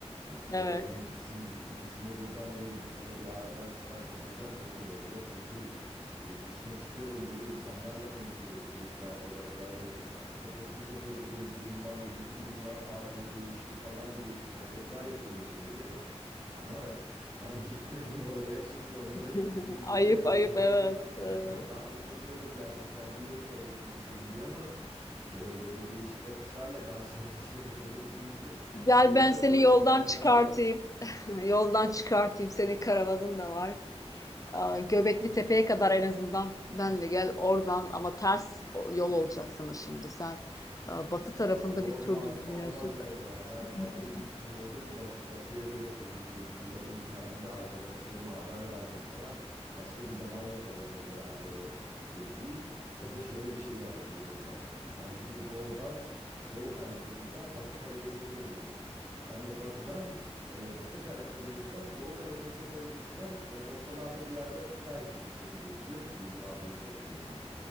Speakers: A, on the right; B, on the left.
A: İşte
B: Evet.
A: oranın ikisini ikisini birden böyle bir sıra bir aradan çıkartabilsem çok iyi olacak. Çünkü yurt dışına çıkıyorum böyle insanlarla konuşuyoruz turist arkadaşlarla işte Aa, Göbekli Tepe bulundu bilmem ne bütün dünya tarihi değişti falan gibi sohbetler yapıyoruz böyle. Ama ben gitmedim oraya. Şimdi onlara
B: <laughs>
A: gitmedim
B: Ayıp
A: demeye de utanıyorum.
B: ayıp evet. Evet.
A: Ge- <laughs> Aa, Utanıyorum gerçekten diyorum tabii ki gitmedim diyor ama e, böyle değişik bakışlarla karşılaşıyorum <laughs> öyle deyince.
B: Gel
A: O yüzden
B: ben seni
A: orası
B: yoldan
A: bir listemde
B: çıkartayım.
A: var.
B: Yoldan çıkartayım. Senin karavanın da var. Aa, Göbekli Tepe'ye kadar en azından benle gel oradan ama ters o- yol olacak sana şimdi. Sen aa, batı tarafında
A: Ama olmaz
B: bir tur düzlüyorsun.
A: olmaz öyle ya. Ben
B: <laughs>
A: Batı'yı düşünüyordum. Başı, Batı'ya göre kur, kurguladım kendimi. Arkadaşlarıma haber verdim falan. Başka bir zaman yaparız o beraber o geziyi. Ya da şöyle bir şey yapabiliriz bak. Sen şimdi doğudan Doğu Karadeniz'den Batı Karadeniz'e geliyorsun. Ben de batıdan e, Batı Karadeniz'den Doğu Karadeniz'e doğru geçeceğim. O ortalarda bir yerde belki buluşabiliriz biliyor musun? İlla buluşalım diyorsan.